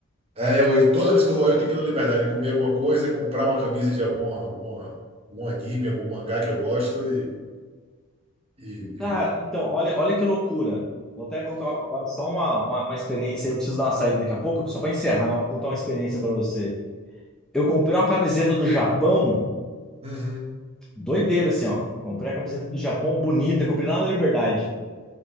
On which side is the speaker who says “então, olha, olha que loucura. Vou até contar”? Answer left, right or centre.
Centre